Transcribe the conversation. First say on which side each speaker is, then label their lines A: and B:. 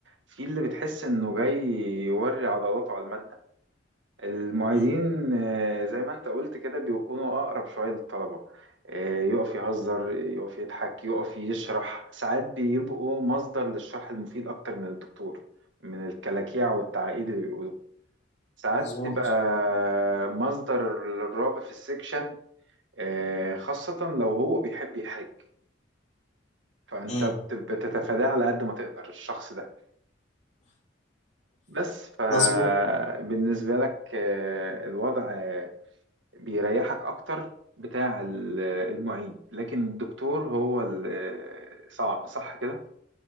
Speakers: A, on the right; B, on the left.
A: في اللي بتحس انه جاي يوري عضلاته على المادة المعيدين
B: مم.
A: آه، زي ما انت قلت كده بيكونوا اقرب شويه للطلبه آه، يقف يهزر يقف يضحك يقف يشرح ساعات بيبقوا مصدر للشرح المفيد اكتر من الدكتور من الكلاكيع والتعقيد اللي بيقولوا ساعات
B: مظبوط
A: تبقى مصدر للرعب في السكشن آه، خاصه لو هو بيحب يحرج فانت
B: مم.
A: بت- بتتفاداه على قد ما تقدر الشخص ده بس فبالنسبه
B: مظبوط
A: لك آه، الوضع بيريحك اكتر بتاع ال- المعيد لكن الدكتور هو ال- صعب صح كده